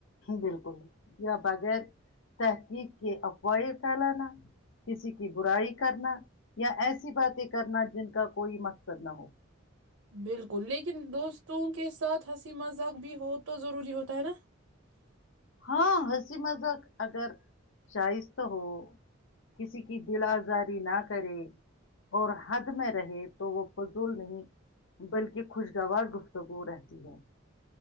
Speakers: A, on the left; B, on the right.
A: بالکل یا بغیر تحقیق کے افواہیں پھیلانا کسی کی برائی کرنا یا ایسی باتیں کرنا جن کا کوئی مقصد نہ ہو
B: بالکل لیکن دوستوں کے ساتھ ہنسی مذاق بھی ہو تو ضروری ہوتا ہے نا
A: ہاں ہنسی مذہق اگر شائستہ ہو کسی کی دل آزاری نہ کرے اور حد میں رہے تو وہ فضول نہیں بلکہ خوشگوار گفتگو رہتی ہے